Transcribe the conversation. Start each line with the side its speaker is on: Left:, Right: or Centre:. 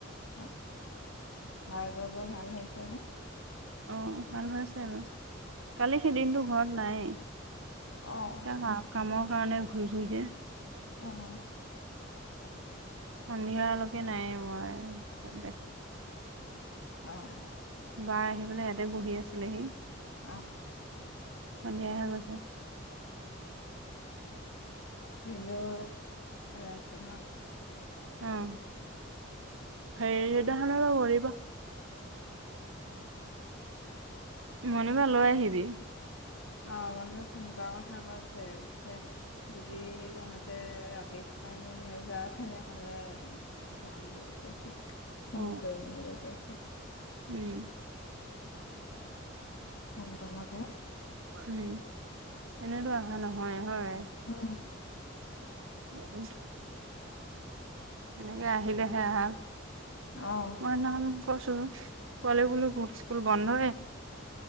Left: অ' ভাৰ্গৱৰ ভাল হৈছে নে।
Right: অঁহ, ভাল হৈছে অলপ কালি সেই দিনতটো ঘৰত নায়েই।
Left: অ'।
Right: তাৰ কামৰ কাৰণে ঘূৰি ফুৰিছে।
Left: অহ,
Right: সন্ধিয়ালৈকে নাই মই দে।
Left: অ',
Right: বাই আহি পেলাই ইয়াতে বহি আছিলেহি।
Left: অ',
Right: সন্ধিয়াই হে গৈছে।
Left: ভিনদেও আছে ন।
Right: উম, হে সেইদিনাখন কৰিবা। মনেবা লৈ আহিবি।
Left: অ' মন বাই ফোন কৰা কথা কৈছে যদি তহঁতে ৰাতি। পে নেযোৱা তেনেহলে যাম বুলি কৈছে। ফোন
Right: অ
Left: কৰিম বুলি কৈছে।
Right: উম
Left: ফোণটো মতে।
Right: উম, এনেতো অহা নহয় হয়।
Left: উম,
Right: উম-উম, এনেকে আহিলেহে আহা
Left: অ',
Right: মই সেইদিনা খন। কচোন কোৱাল বলো স্কুল বন্ধ হয়।